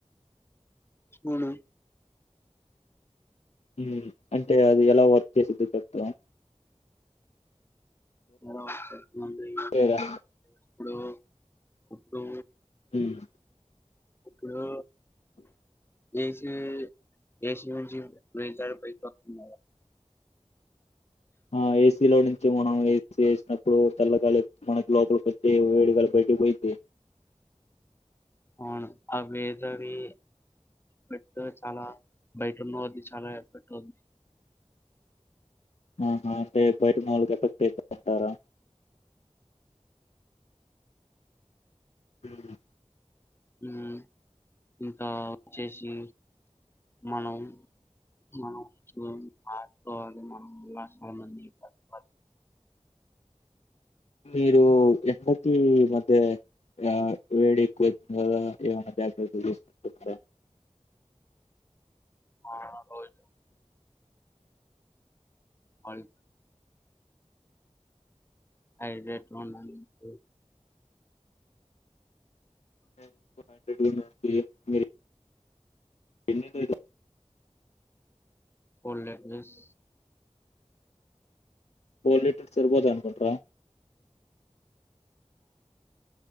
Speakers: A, on the left; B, on the left.
A: అవునా
B: హు మ్ అంటే అది ఎలా వర్క్ చేసిద్దో చెప్తార
A: ఆ మరి
B: వేరేరా
A: ఇప్పుడు ఇప్పుడు
B: హుమ్
A: ఇప్పుడు ఏసీ ఏసీ నుంచి మీటరూ పైకొస్సుంది
B: ఆ ఏసీలో నుంచి మనం ఏసీ ఏస్నప్పుడు చల్లగా లి మనకి లోపల్కొచ్చి వేడిగాలి బై టికీ పోయిద్ది
A: అవును అ వేసవి పెట్రో చాలా బయటున్నోల్దీ చాలా ఎఫెక్ట్అవుద్ది
B: ఆహ అంటే బయటున్న వాళ్ళకి న ఎఫెక్టైతది అంటారా హ్మ్
A: హ్మ్ఇంకా వచ్చేసి మనం మనం <unintelligible> మనం లక్షమంది <unintelligible>
B: మీరు ఎందుకీమద్యే ఇలా వేడెక్వైతుంది కదా ఏమన్న జాగ్రత్తలు తిస్కుంటున్నారా
A: ఆ రోజు ఆడ్ ఐదెట్లుంన్నాయంటూ
B: అంటే ఒక హండ్రెడ్ నుండి మీర్ ఎన్నిట్లో ఇట్ల
A: ఫోర్ లీటర్స్
B: ఫోర్ లీటర్స్ సర్పోతాయ్ అన్కుంట్రా